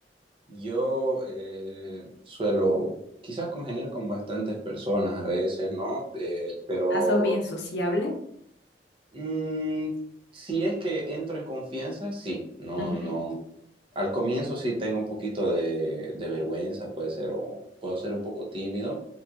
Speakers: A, on the right; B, on the left.
A: yo eh, suelo quizás congeniar con bastantes personas a veces, ¿no? Eh, pero
B: Ah, sos bien sociable.
A: Mm, si es que entro en confianza, sí. No,
B: Ujú.
A: no. Al comienzo sí tengo un poquito de, de vergüenza, puede ser, o puedo ser un poco tímido,